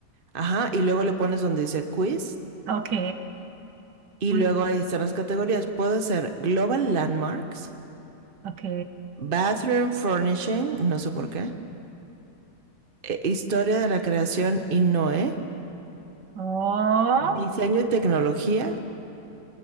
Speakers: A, on the right; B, on the right.
A: Ajá, y luego le pones donde dice quiz,
B: Ok.
A: y
B: Uy,
A: luego ahí están las categorías. Puedo hacer Global Landmarks,
B: ok.
A: Bathroom Furnishing, no sé por qué, eh, Historia de la Creación y Noé,
B: Oh.
A: Diseño y Tecnología,